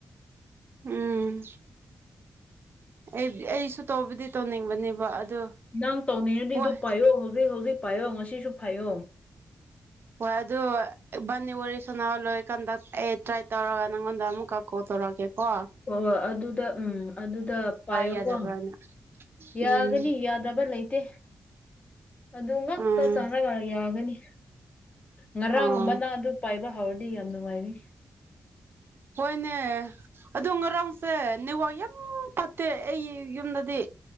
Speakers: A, on the right (about 50°); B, on the left (about 25°).
A: ꯎꯝ ꯑꯩ ꯑꯩꯁꯨ ꯇꯧꯕꯗꯤ ꯇꯧꯅꯤꯡꯕꯅꯦꯕ ꯑꯗꯨ
B: ꯅꯪ ꯇꯧꯅꯤꯡꯉꯗꯤ
A: ꯍꯣꯏ
B: ꯑꯗꯨ ꯄꯥꯏꯌꯣ ꯍꯧꯖꯤꯛ ꯍꯧꯖꯤꯛ ꯄꯥꯏꯌꯣ ꯉꯁꯤꯁꯨ ꯐꯥꯏꯌꯣ
A: ꯍꯣꯏ ꯑꯗꯨ ꯢꯕꯅꯤ ꯂꯣꯢꯔ ꯀꯟꯗꯥ ꯑꯩ ꯇ꯭ꯔꯥꯏ ꯇꯧꯔꯒ ꯅꯪꯉꯣꯟꯗ ꯑꯃꯨꯛ ꯀꯣ ꯊꯔꯒꯦ ꯀꯣ
B: ꯑꯣ ꯑꯗꯨꯗ ꯎꯝ ꯑꯗꯨꯗ ꯄꯥꯏꯌꯣꯀꯣ
A: ꯌꯥꯗꯕ꯭ꯔꯥꯅ
B: ꯌꯥꯒꯅꯤ
A: ꯎꯝ
B: ꯌꯥꯗꯕ ꯂꯩꯇꯦ ꯑꯗꯨ ꯉꯛꯇ
A: ꯎꯝ
B: ꯆꯥꯅꯒ ꯌꯥꯒꯅꯤ ꯉꯔꯥꯡꯒꯨꯝꯕꯅ
A: ꯑꯣ
B: ꯑꯗꯨ ꯄꯥꯏꯕ ꯍꯧꯥꯎꯔꯗꯤ ꯌꯥꯝ ꯅꯨꯡꯉꯥꯏꯅꯤ
A: ꯍꯣꯏꯅꯦ ꯑꯗꯨ ꯉꯔꯥꯡꯁꯦ ꯅꯦꯋꯥꯛ ꯌꯥꯝ ꯐꯠꯇꯦ ꯑꯩꯒꯤ ꯌꯨꯝꯗꯗꯤ